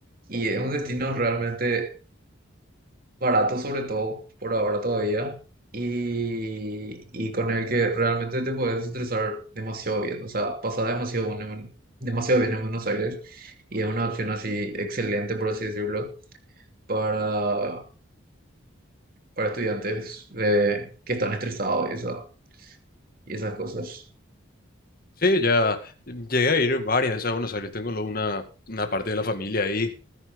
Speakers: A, on the right; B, on the left.
A: Y es un destino realmente barato, sobre todo por ahora todavía. Y, y con el que realmente te puedes estresar demasiado bien. O sea, pasar demasiado bueno en- demasiado bien en Buenos Aires. Y es una opción así excelente, por así decirlo, para para estudiantes de, que están estresados y, esa- y esas cosas.
B: Sí, ya llegué a ir varias veces a Buenos Aires, tengo lo- una, una parte de la familia ahí.